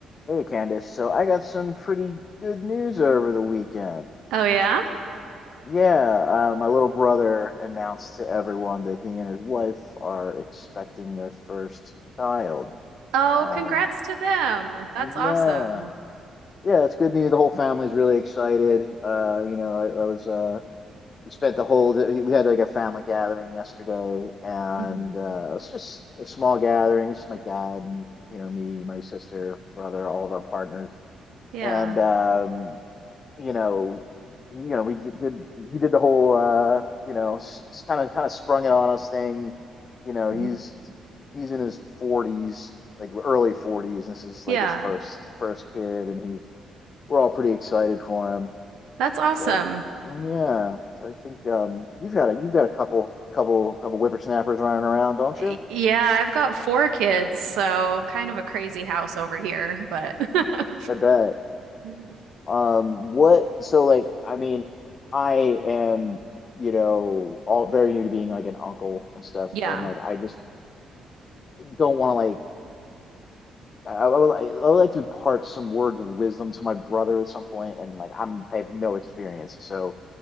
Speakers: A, on the left; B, on the right.
A: Hey Candace, so I got some pretty good news over the weekend.
B: Oh yeah?
A: Yeah, uh, my little brother announced to everyone that he and his wife are expecting their first child.
B: Oh,
A: Um,
B: congrats to them. That's awesome.
A: yeah, yeah, it's good news. The whole family's really excited. Uh, you know, I, I was uh, we spent the whole d- we had like a family gathering yesterday, and
B: hmm
A: uh, it's just a small gathering. It's my dad and you know me, my sister, brother, all of our partners
B: Yeah.
A: and um you know, you know, we did, did he did the whole uh, you know, kind of kind of sprung it on us thing. You know, he's
B: hmm
A: he's in his 40s, like early 40s, this is like
B: Yeah.
A: his first first kid, and he's we're all pretty excited for him.
B: That's awesome.
A: So mm, yeah, so I think um, you've got a you've got a couple couple couple whippersnappers running around, don't
B: Y-
A: you?
B: Yeah, I've got four kids, so kind of a crazy house over here, but <laughs>
A: I bet.
B: Yeah.
A: Um, what, so like, I mean, I am, you know, all very new to being like an uncle and stuff,
B: Yeah.
A: and like, I just don't want to like, I, I would, I would like to impart some words of wisdom to my brother at some point, and like, I'm, I have no experience, so